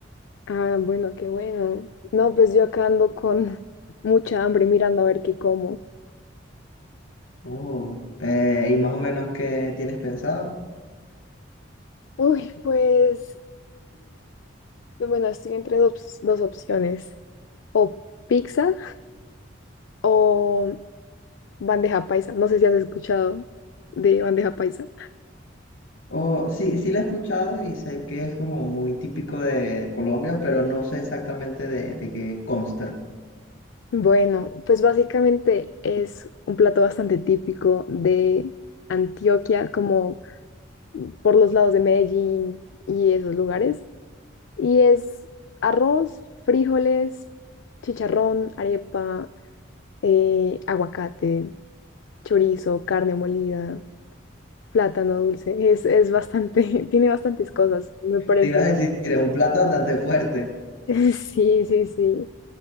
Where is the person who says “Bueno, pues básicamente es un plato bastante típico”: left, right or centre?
Left